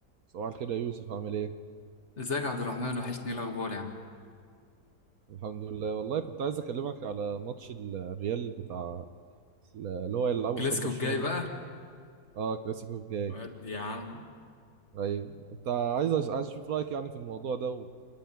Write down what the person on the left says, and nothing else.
ازيك يا عبد الرحمن وحشني ايه الاخبار يا عم
كلاسيكو
الجاي بقى
ودي يا عم